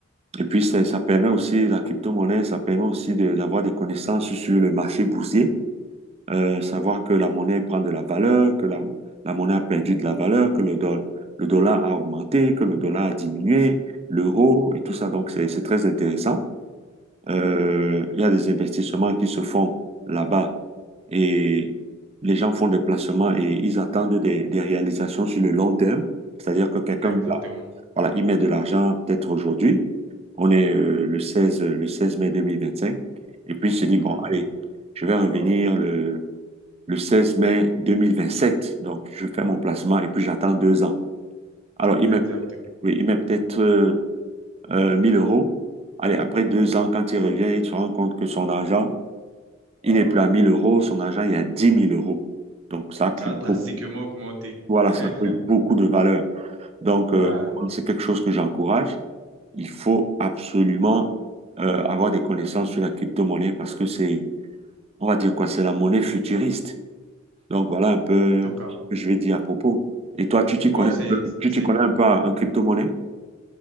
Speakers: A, on the right; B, on the right.
A: et puis, ça, ça permet aussi, la crypto-monnaie, ça permet aussi de- d'avoir des connaissances sur le marché boursier, euh, savoir que la monnaie prend de la valeur, que la, la monnaie a perdu de la valeur, que le, doll- le dollar a augmenté, que le dollar a diminué, l'euro et tout ça. Donc, c'est c'est très intéressant. Euh, il y a des investissements qui se font là-bas et les gens font des placements et ils attendent des, des réalisations sur le long terme. C'est-à-dire que quelqu'un,
B: Exactement.
A: voilà, voilà, il met de l'argent peut-être aujourd'hui. On est euh, le seize euh, le 16 mai cinq Et puis il se dit,
B: mhm.
A: bon, allez, je vais revenir le, le 16 mai deux mille vingt sept Donc, je fais mon placement et puis j'attends deux ans. Alors, il
B: Exactement.
A: met, oui, il met peut-être euh, euh, 1000 euros. Allez, après deux ans, quand il revient, il se rend compte que son argent, il n'est plus à 1000 euros, son argent est à dix mille euros. Donc, ça a pris
B: Ça
A: beaucoup,
B: a drastiquement augmenté.
A: voilà,
B: <laughs>
A: ça a pris beaucoup de valeur. Donc, euh,
B: Ouais,
A: c'est quelque chose que j'encourage. Il faut absolument euh, avoir des connaissances sur la crypto-monnaie parce que c'est, on va dire quoi, c'est la monnaie futuriste. Donc, voilà un peu
B: en tout cas.
A: ce que je vais dire à propos. Et toi, tu t'y
B: Waouh,
A: connais
B: c'est,
A: un peu, tu
B: c'est,
A: t'y connais un peu en crypto-monnaie?